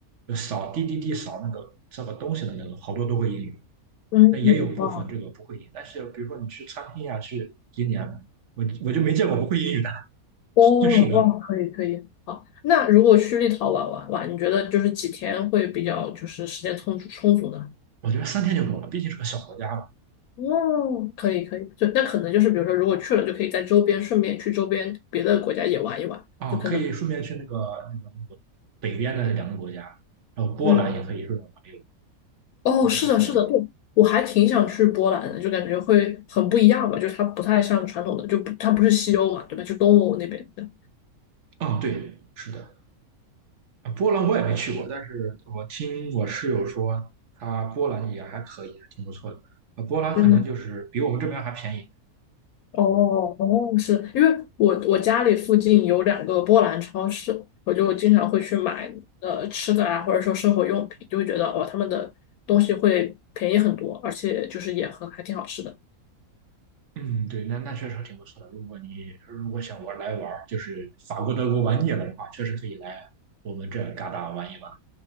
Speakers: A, on the right; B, on the left.
A: 就扫滴滴滴扫那个扫个东西的那个，好多都会英语。
B: 嗯，
A: 但也有部分这个不会英语但是比如说你去餐厅呀、
B: 哇。
A: 去今年我我就没见过不会英语的。<laughs>
B: 哦，
A: 是的，
B: 哇，可以可以，好。那如果去立陶宛玩玩，你觉得就是几天会比较就是时间充足充足呢？
A: 我觉得三天就够了，毕竟是个小国家。嘛。
B: 哦，可以可以，就那可能就是比如说，如果去了，就可以在周边顺便去周边别的国家也玩一玩，
A: 啊，
B: 就可能，
A: 可以顺便去那个那个那个北边的两个国家，然后波兰也可以顺便玩一玩，
B: 嗯，哦，
A: 应该是可以的。
B: 是的，是的，对，我还挺想去波兰的，就感觉会很不一样吧，就是它不太像传统的，就不它不是西欧嘛，对吧？就东欧那边的，
A: 啊，对，是的，啊波兰我也没去过，但是我听我室友说，他波兰也还可以，挺不错的。啊，波兰可能就是比我们这边还便宜。
B: 嗯哦哦，是因为我我家里附近有两个波兰超市，我就经常会去买呃吃的啊，或者说生活用品，就会觉得哦他们的东西会便宜很多，而且就是也很还挺好吃的。
A: 嗯，对，那那确实挺不错的。如果你如果想玩来玩儿就是法国、德国玩腻了的话，确实可以来我们这嘎达玩一玩。